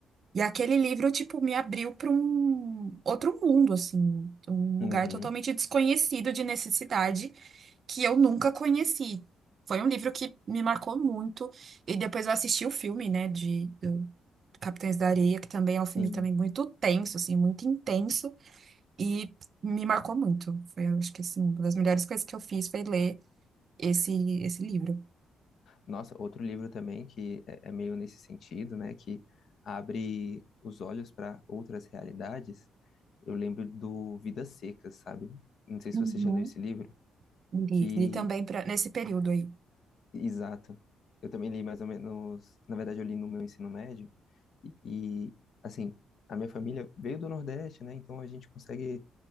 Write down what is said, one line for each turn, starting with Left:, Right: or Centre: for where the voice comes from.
Right: E aquele livro, tipo, me abriu para um outro mundo, assim, um lugar
Left: Uhum,
Right: totalmente desconhecido de necessidade que eu nunca conheci. Foi um livro que me marcou muito. E depois eu assisti o filme, né, de do Capitães da Areia, que também é um filme
Left: sim.
Right: também muito tenso, assim, muito intenso. E me marcou muito. Foi, eu acho que assim, uma das melhores coisas que eu fiz foi ler esse, esse livro.
Left: Nossa, outro livro também que é, é meio nesse sentido, né? Que abre os olhos para outras realidades. Eu lembro do Vidas Secas, sabe? Não sei
Right: Uhum.
Left: se você já leu esse livro.
Right: Li,
Left: Que,
Right: li também pra, nesse período aí,
Left: exato. Eu também li mais ou menos. Na verdade, eu li no meu ensino médio. E, assim, a minha família veio do Nordeste, né? Então a gente consegue